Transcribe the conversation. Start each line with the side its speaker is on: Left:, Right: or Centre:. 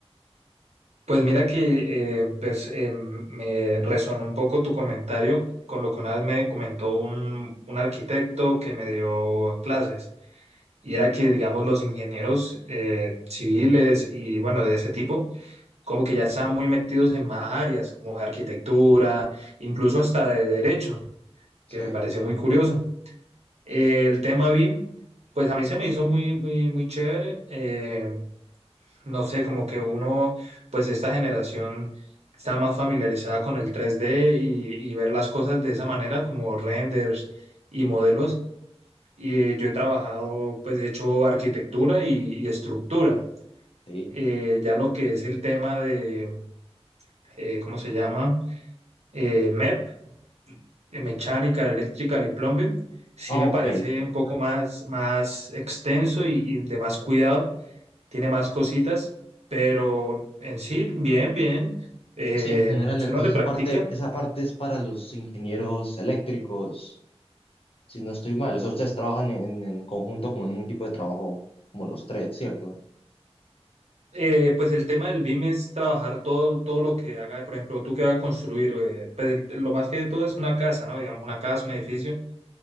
Right: pues mira que eh, pues, eh, me resonó un poco tu comentario con lo que una vez me comentó un, un arquitecto que me dio clases. Y era que, digamos, los ingenieros eh, civiles y, bueno, de ese tipo, como que ya estaban muy metidos en más áreas, como de arquitectura, incluso hasta de derecho,
Left: Sí.
Right: que me pareció muy curioso. Eh, el tema BIM, pues a mí se me hizo muy, muy, muy chévere. Eh, no sé, como que uno, pues esta generación está más familiarizada con el 3D y, y ver las cosas de esa manera, como renders y modelos. Y eh, yo he trabajado, pues he hecho arquitectura y, y estructura.
Left: Sí.
Right: Eh, ya lo que es el tema de, eh, ¿cómo se llama? Eh, MEP, eh, Mechanical, Electrical y Plumbing, sí
Left: Ah,
Right: me
Left: ok.
Right: parece un poco más, más extenso y, y de más cuidado tiene más cositas, pero en sí, bien, bien. Eh,
Left: Pues sí, en general,
Right: si uno
Left: pues
Right: le
Left: esa
Right: practica,
Left: parte, esa parte es para los ingenieros eléctricos, si no estoy mal. O sea, ustedes trabajan en, en conjunto como en un equipo de trabajo, como los tres, ¿cierto?
Right: eh, pues el tema del BIM es trabajar todo, todo lo que haga, por ejemplo, tú que vas a construir, eh, pues el- lo más que todo es una casa, ¿no? Digamos, una casa, un edificio,